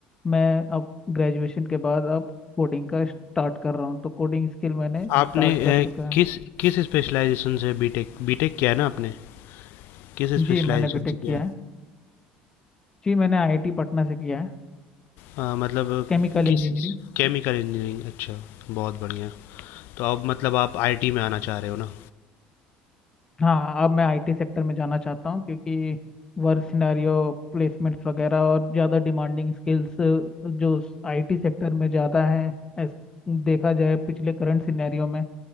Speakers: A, on the left; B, on the left.
A: मैं अब ग्रेजुएशन के बाद अब कोडिंग का स्टार्ट कर रहा हूँ तो कोडिंग स्किल मैंने स्टार्ट
B: आपने
A: कर
B: अ,
A: चुका है
B: किस किस स्पेशलाइजेशन से बीटेक बीटेक किया है ना आपने किस
A: जी
B: स्पेशलाइजेशन
A: मैंने बीटेक
B: से किया
A: किया
B: है
A: है जी मैंने आईआईटी पटना से किया है
B: अ, मतलब
A: Chemical
B: किस
A: engineering
B: केमिकल इंजीनियरिंग अच्छा बहुत बढ़िया तो अब मतलब आप आईटी में आना चाह रहे हो ना
A: हाँ अब मैं आईटी सेक्टर में जाना चाहता हूँ क्योंकि वर्क सिनेरियो प्लेसमेंट्स वगैरह और ज़्यादा डिमांडिंग स्किल्स जो आईटी सेक्टर में ज़्यादा है as देखा जाए पिछले करंट सिनेरियो में